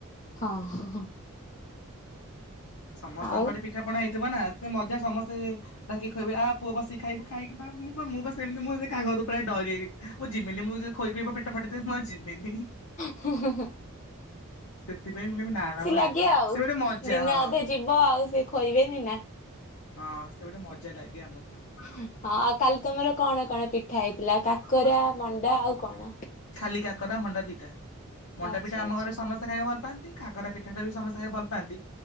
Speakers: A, on the left (about 35°); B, on the left (about 70°).
A: ହଁ।
B: ସମସ୍ତଙ୍କଠି
A: ଆଉ
B: ପି ପିଠା ପଣା ହେଇଥିବନା ସେତେ ମଜା ସମେସ୍ତେ ଡାକିକି ଖୋଇବେ ଆ ପୁଅ ବସିକି ଖାଇବୁ ଖାଇକି ବା ମୁ ମୁଁ ବସି ସେମିତି ମୁଁ କାହା ଘରକୁ ପ୍ରାୟ ଡରିଗଲି ମୁଁ ଜିମିନି ମୁଁ ଯି ଖୋଇଖୋଇ ପେଟ ଫାଟେଇଦେବେ ମୁଁ ଜିମିନି
A: ହୁ ହୁ ହୁ।
B: ସେଥିପାଇଁ ମୁଁ କଇମି ନାନା ମୁଁ
A: ଲାଗେ
B: ଖାଇବିନି
A: ଆଉ।
B: ସେ ଗୋଟେ ମଜା
A: ଦିନେ
B: ହଁ।
A: ଅଧେ ଯିବ ଆଉ ସେ ଖୋଇବେନିନା।
B: ହଁ ସେଗୋଟେ ମଜା ଲାଗେ ଆମକୁ ଆଉ।
A: ହଁ ଆଉ କାଲି ତମର କଣ କଣ ପିଠା ହେଇଥିଲା କାକରା ମଣ୍ଡା ଆଉ କଣ?
B: ଖାଲି କାକରା ମଣ୍ଡା ଦିଟା। ମଣ୍ଡା
A: ଆଚ୍ଛା
B: ପିଠା ଆମ
A: ଆଚ୍ଛା
B: ଘରେ ସମେସ୍ତେ ଖାଇବାକୁ ଭଲ ପାଆନ୍ତି କାକେର ପିଠାଟାବି ସମସ୍ତେ ଖାଇବା ଭଲ ପାଆନ୍ତି।